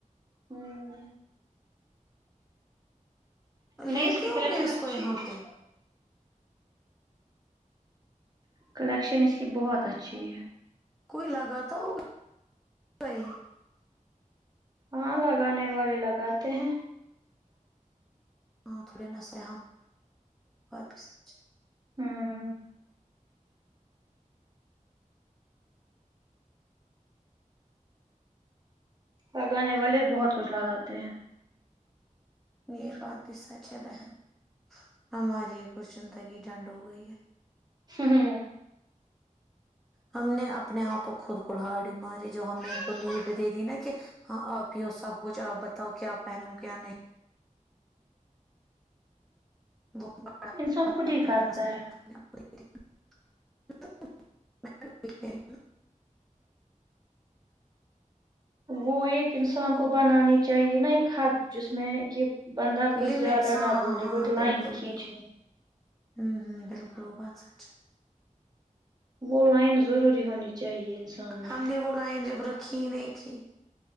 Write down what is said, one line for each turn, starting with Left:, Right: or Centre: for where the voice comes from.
Right: ہوں نہیں
Centre: لیتے
Right: اس کی کلیکشن
Centre: ہوں گے اس
Right: اچھی
Centre: کو یہاں
Right: ہے
Centre: پہ
Right: کلیکشن اس کی بہت اچھی ہے
Centre: کوئی لگا تو ہوگا <unintelligible>
Right: ہاں لگانے والے لگاتے ہیں
Centre: ہاں تھوڑے ن س ب بھی سچ <unintelligible>
Right: ہاں لگانے والے بہت کچھ لگاتے ہیں
Centre: یہ بات بھی سچ ہے بہن ہماری کچھ زندگی جھنڈ ہو گئی ہے
Right: ہ ہ
Centre: ہم نے اپنے ہات کو خود کولہاڑی ماری جو ہم نے ان کو لیڈ دے دی نا کہ ہاں آپ ہی ہو سب کچھ آپ بتاؤ کیا پہنو کیا نہیں وہ <inaudible> <unintelligible>
Right: انسان خود ہی کرتا ہے
Centre: <unintelligible> <unintelligible>
Right: وہ ایک انسان کو بنانی چاہیے نا ایک حد جس میں کہ بندہ
Centre: لمٹس
Right: کچھ زیادہ
Centre: ہاں
Right: نہ بولے
Centre: ہاں ہاں
Right: وہت لائن
Centre: بالکل
Right: کھینچنی
Centre: بالکل ہوں ہوں بالکل وہ بات سچ ہے
Right: وہ لائن ضروری ہونی چاہیے میں
Centre: ہم نے وہ لائن جب رکھی ہی نہیں تھی